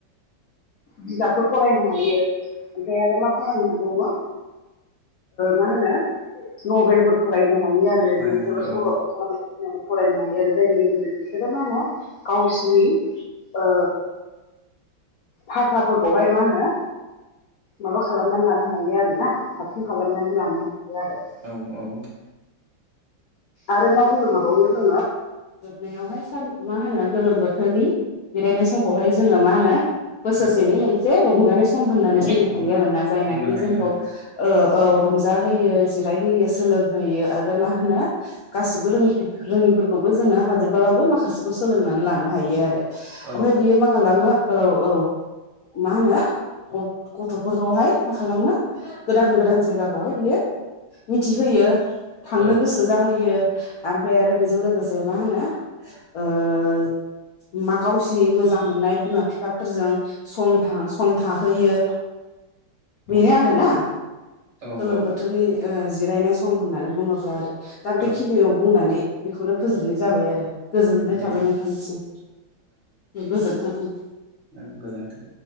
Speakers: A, on the left; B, on the right.
A: बिजाबफोर फरायनो हायो ओमफ्राय आरो मा फरायनो हाबावो मा होनो नभेलफोरखौ फरायनो हायो आरो
B: फरायनो
A: बिनिफ्रायबो
B: हायो
A: सल'
B: औ
A: बाथ' बायदिसिनाखौ फरायनो हायो आरो जायनि गेजेरजों बिसोरो मा होनो गावसिनि ओ फाखाफोरखौहाय मा होनो माबा खालामनानै लानो हायो आरोना साबसिन खालामनानै लानो हायो आरो <unintelligible>
B: औ औ
A: आरो मा बुंनो हाबावो जोङो जोबनायावहाय सान मा होनो गोलोम बोथोरनि जिरायनाय समखौहाय जोङो मा होनो बोसोरसेनि
B: औ
A: मोनसे रंजानाय सम होननानै बुंनो
B: रंजा
A: हायो आरोना जायनाखि
B: बुंनो हायो
A: जोंखौ
B: हायो
A: ओ औ रंजा होयो जिरायहोयो सोलोंहोयो आरो मा होनो गासिबो रों रोङिफोरखौबो जोङो हाजोबाबाबो माखासेखौ सोलोंनानै लानो हायो आरो
B: औ
A: ओमफ्राय बियो मा खालामो औ औ मा होनो गथ'फोरखौहाय मा खालामो गोदान गोदान जायगाखौहाय बियो मिथिहोयो थांनो
B: औ
A: गोसो जाहोयो ओमफ्राय आरो बेजों लोगोसे से मा होनो ओ मा गावसिनि मोजां मोननाय बिमा बिफाफोरजों सम था सम थाहोयो बेनो
B: औ
A: आरो ना
B: औ
A: गोलोम
B: औ
A: बोथोरनि ओ जिरायनाय सम होननानै बुङोब्ला आरो दा बेखिनियाव
B: औ
A: बुंनानै बेखौनो फोजोबनाय जाबाय आरो गोजोननाय
B: दे
A: थाबाय नोंथांनिसिम गोजोनथों ओं
B: ओं गोजोन्थों